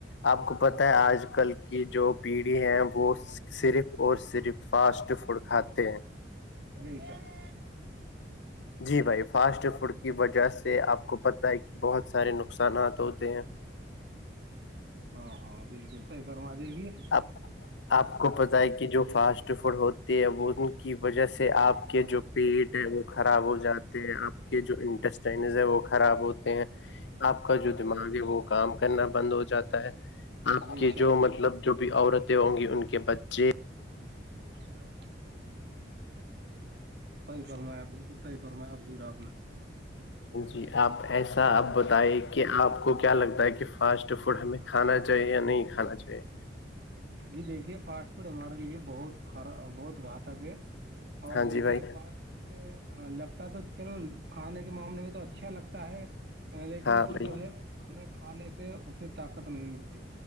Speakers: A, on the left; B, on the right.
A: آپ کو پت ہے آج کل کی جو پیڑھی ہے وہ <unintelligible> صرف اور صرف فاسٹ فوڈ کھاتے ہیں
B: نہیں گا <unintelligible>
A: جی بھائی فاسٹ فوڈ کی وجہ سے آپ کو پتہ ہے کہ بہت سارے نقصانات ہوتے ہیں
B: ہاں ہاں بالکل صحیح فرما جے گیے
A: اب آپ کو پت ہے کہ جو فاسٹ ف <unintelligible> پڑ ہوتے ہے ان کی وجہ سے آپ کے جو پیٹ ہیں وہ خراب ہو جات <unintelligible> آپ کے جو انٹسٹائنز ہیں وہ خراب ہوتے ہیں
B: چ <unintelligible>
A: آپ کا جو دماغ ہے وہ کام کرنا بند ہو جاتا ہے آپ
B: بے
A: کے
B: شک
A: جو مطلب جو بھی عورتیں ہوں گی ان کے بچے
B: ج خبر <unintelligible> صحی فرمایا بالکل صحی فرمایا حبضور آپ نے <unintelligible>
A: جی آپ ایسا آپ بتائیں کہ آپ کو کیا لگتا ہے کہ فاسٹ فوڈ ہمیں کھانا چاہیے یا نہیں کھانا چاہیے
B: جی دیکھیے فاسٹ فوڈ ہمارے لیے بہت خرا بہت گھاتک ہے اور
A: ہاں
B: دیکھیے
A: جی بھائی
B: فاسٹ فڈ لگتا تو چلو کھانے کے معاملے میں تو اچھا لگتا ہے لیکن
A: ہاں
B: وہ
A: بھائی
B: جو ہے ہمیں کھانے سے اس سے طاقت نہیں ملتی